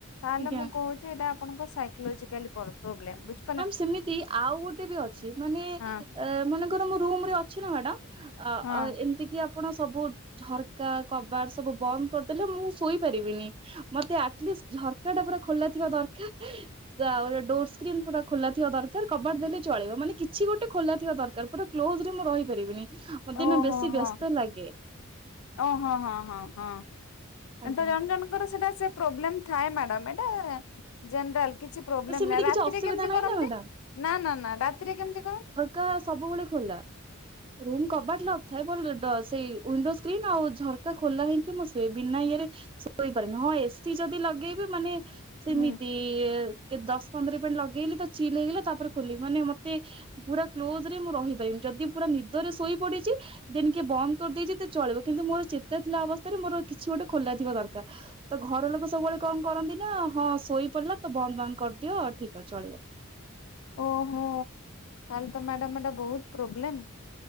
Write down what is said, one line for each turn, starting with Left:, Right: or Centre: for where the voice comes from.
Left: ତାହେଲେ
Right: ଆଜ୍ଞା।
Left: ମୁଁ କହୁଚି ସେଟା ଆପଣଙ୍କ ସାଇକୋଲୋଜିକାଲି ପର ପ୍ରୋବ୍ଲେମ୍ ବୂଝ୍
Right: ମ୍ୟାମ ସେମିତି ଆଉ ଗୋଟେ ବି ଅଛି ମାନେ
Left: ହଁ
Right: ଅ ମନେକର ମୁ ରୁମରେ ଅଛି ନା ମ୍ୟାଡମ୍ ଆ ଅ
Left: ହଁ
Right: ଆଉ ଏମିତି କିି ଆପଣ ସବୁ ଝରକା କବାଟ ସବୁ ବନ୍ଦ କରିଦେଲେ ମୁଁ ଶୋଇପାରିବିନି। ମତେ ଆଟଲିଷ୍ଟ ଝରକା ଟା ପୁରା ଖୋଲା ଥିବା ଦରକାର ଆଉ ଡୋର ସ୍କ୍ରିନ୍ ପୁରା ଖୋଲା ଥିବା ଦରକାର କବାଟ ଦେଲେ ଚଳିବ ମାନେ କିଛି ଗୋଟେ ଖୋଲା ଥିବା ଦରକାର ପୁରା କ୍ଲୋଜ୍ ରେ ମୁଁ ରହିପାରିବିନି। ମୋତେ
Left: ଓହୋ
Right: ନା ବେଶୀ
Left: ହଁ
Right: ବ୍ୟସ୍ତ ଲାଗେ।
Left: ଓ ହଁ ହଁ ହଁ ହଁ
Right: ଆଜ୍ଞା
Left: ତ ଜଣ ଜଣଙ୍କର ସେଇଟା ସେ ପ୍ରୋବ୍ଲେମ୍ ଥାଏ ମାଡ଼ାମ ଏଟା ଜେନେରାଲ କିଛି ପ୍ରୋବଲେମ୍
Right: ତ ସେମିତି
Left: ନାଇ
Right: କିଛି
Left: ରାତିରେ
Right: ଅସୁବିଧା
Left: କେମତି
Right: ନାହିଁ
Left: କରନ୍ତି
Right: ନା ମ୍ୟାଡାମ
Left: ନା ନା ନା ରାତିରେ କେମତି କରନ୍ତି।
Right: କା ସବୁବେଳେ ଖୋଲା। ରୁମ କବାଟ ଲକ ଥାଏ ବ ସେଇ ୱିଣ୍ଡୋ ସ୍କ୍ରିନ୍ ଆଉ ଝରକା ଖୋଲା ହେଇକି ମୁଁ ଶୁଏ ବିନା ଇଏରେ ଶୋଇପାରେନି ହଁ ଏସି ଯଦି ଲଗେଇବେ ମାନେ ସିମିତି
Left: ହୁଁ
Right: ଇଏ କେ ଦଶ ପନ୍ଦର ପେଟ ଲଗେଇଲି ତ ଚିଲ ହେଇଗଲେ ତାପରେ ଖୋଲିବି ମାନେ ମତେ ପୁରା କ୍ଲୋଜ ରେ ମୁଁ ରହିପାରିନି ଯଦି ପୁରା ନିଦରେ ଶୋଇ ପଡିଚି ଦେନ କିଏ ବନ୍ଦ କରିଦେଇଚି ଚଳିବ କିନ୍ତୁ ମୋର ଚେତା ଥିଲା ଅବସ୍ଥାରେ ମୋର କିଛି ଗୋଟେ ଖୋଲା ଥିବା ଦରକାର। ତ ଘର ଲୋକ ସବୁବେଳେ କଣ କରନ୍ତି ନା ହଁ ଶୋଇପଡିଲା ତ ବନ୍ଦ୍ ବାନ୍ଦ୍ କରିଦିଅ ଠିକ ଅ ଚଳିବ।
Left: ଓହୋ ତାହଲେ ତ ମ୍ୟାଡାମ ଏଟା ବହୁତ ପ୍ରୋବ୍ଲେମ୍।